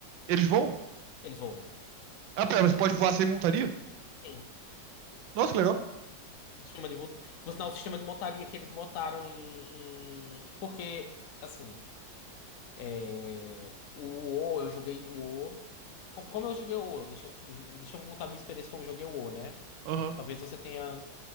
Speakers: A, on the right (about 85°); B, on the left (about 65°).
A: Eles voam?
B: Eles voam.
A: Ah, pera, você pode voar sem montaria?
B: Sim.
A: Nossa, que legal.
B: O sistema de vo... Por sinal, o sistema de montaria que eles montaram em. em... Porque, assim. É, o O, eu joguei o O. Como, como eu joguei o O? Deixa, eu- deixa eu contar a minha experiência como eu joguei o O, né?
A: Aham.
B: Talvez você tenha